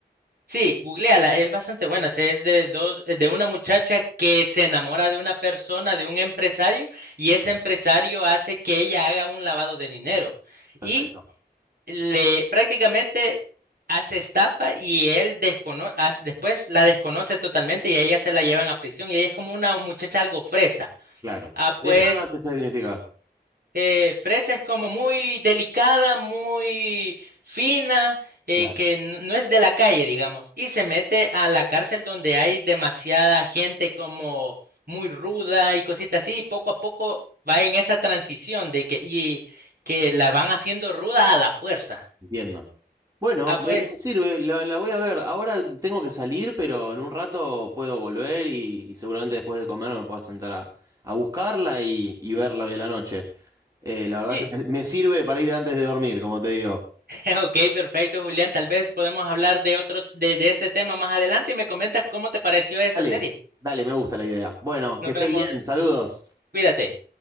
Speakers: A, on the right (about 60°); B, on the right (about 20°).
A: sí, googleala, es bastante buena. se- Es de dos, de una muchacha que se enamora de una persona, de un empresario, y ese empresario hace que ella haga un lavado de dinero.
B: Perfecto.
A: Y le prácticamente hace estafa y él descono- as- después la desconoce totalmente y a ella se la llevan a prisión y ella es como una muchacha algo fresa.
B: Claro.
A: Ah,
B: ¿Esa
A: pues
B: qué significa?
A: eh, fresa es como muy delicada, muy fina, eh,
B: Claro.
A: que n- no es de la calle, digamos, y se mete a la cárcel donde hay demasiada gente como muy ruda y cositas así, y poco a poco va en esa transición de que, y, que la van haciendo ruda a la fuerza.
B: Entiendo. Bueno,
A: Ah, pues...
B: me sirve, la, la voy a ver. Ahora tengo que salir, pero en un rato puedo volver y, y seguramente después de comer me pueda sentar a, a buscarla y, y verla hoy a la noche. Eh, la verdad
A: Sí,
B: es que me, me sirve para ir antes de dormir, como te digo.
A: <laughs> ok, perfecto, Julián. Tal vez podemos hablar de otro, de, de este tema más adelante y me comentas cómo te pareció esa
B: Dale,
A: serie.
B: dale, me gusta la idea. Bueno,
A: Nos
B: que estés
A: vemos,
B: bien, saludos.
A: cuídate.